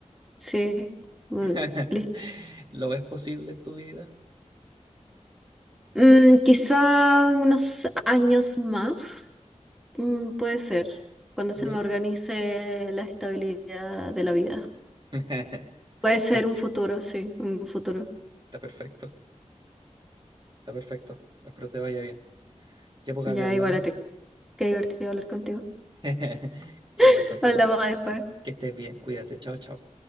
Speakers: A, in the centre; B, on the right.
A: Sí. Bueno,
B: <laughs>
A: listo.
B: ¿Lo ves posible en tu vida?
A: Mm, quizá unos años más. Mm, puede ser. Cuando se
B: ¿Ok?
A: me organice la estabilidad de la vida.
B: <laughs> Está,
A: Puede ser
B: está
A: un futuro, sí, un futuro.
B: perfecto, está perfecto. Espero te vaya bien. Ya pues,
A: Ya,
B: Gaby, hablamos.
A: igual a ti. Qué divertido hablar contigo.
B: <laughs> Igual
A: <laughs>
B: contigo.
A: Hablamos después.
B: Que estés bien, cuídate, chao, chao.